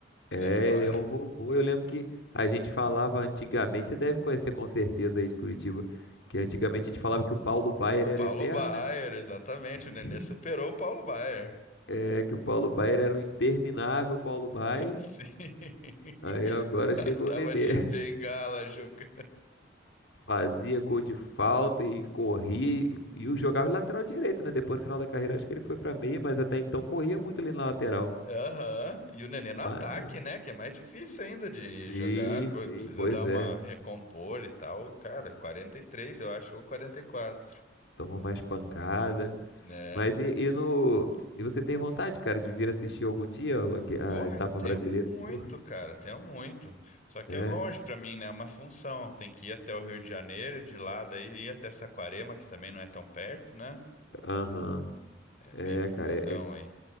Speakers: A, on the left; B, on the left.
A: É,
B: na história.
A: ele é o vovô. Eu lembro que a gente falava antigamente, você deve conhecer com certeza aí de Curitiba, que antigamente a gente falava que o Paulo Baier
B: O
A: era
B: Paulo
A: eterno,
B: Baier,
A: né?
B: exatamente.
A: <laughs>
B: O Nenê superou o Paulo Baier.
A: É, que o Paulo Baier era um interminável Paulo Baier.
B: <laughs> Sim.
A: Aí agora
B: O cara
A: chegou
B: tava
A: o Nenê.
B: de
A: <laughs>
B: bengala jogando.
A: Fazia gol de falta e corria e, e o jogava de lateral direito, né? Depois no final da carreira acho que ele foi pra meia, mas até então corria muito ali na lateral.
B: Aham. E o Nenê no ataque,
A: Maneiro.
B: né? Que é mais difícil ainda de
A: Sim,
B: jogar. Pô,
A: sim,
B: precisa
A: pois
B: dar uma
A: é.
B: recompor e tal. Cara, 43 eu acho, ou quarenta e quatro
A: toma mais pancada.
B: né?
A: Mas e, e no e você tem vontade, cara, de vir assistir algum dia o- aque- a
B: Porra,
A: etapa
B: tenho
A: brasileira
B: muito,
A: de surf?
B: cara, tenho muito. Só que
A: É,
B: é longe pra mim, né? É uma função. Tem que ir até o Rio de Janeiro, de lá, daí ir até Saquarema, que também não é tão perto, né?
A: aham.
B: É
A: É,
B: bem função,
A: cara, é, é
B: hein?